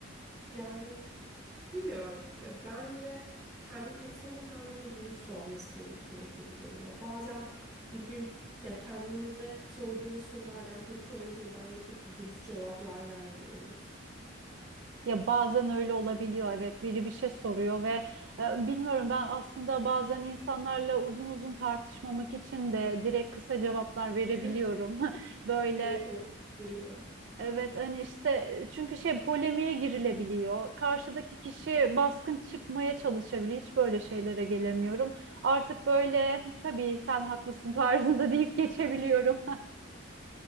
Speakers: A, in the centre; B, on the right (about 55°).
A: Yani bilmiyorum. Ya bence kendi insanın kendine dürüst olması gerekiyor gibi geliyor. Bazen birbirim ya kendimize sorduğumuz sorulardan kaçıyoruz ve bence çok da dürüst cevaplar vermiyoruz.
B: Ya bazen öyle olabiliyor evet biri bir şey soruyor ve e, bilmiyorum ben aslında bazen insanlarla uzun uzun tartışmamak için de direkt kısa cevaplar verebiliyorum.
A: <laughs>
B: <laughs> Böyle
A: Evet o geliyor.
B: evet hani işte çünkü şey polemiğe girilebiliyor. Karşıdaki kişi baskın çıkmaya çalışabiliyor. Hiç böyle şeylere gelemiyorum. Artık böyle tabii sen haklısın <laughs> tarzında deyip geçebiliyorum.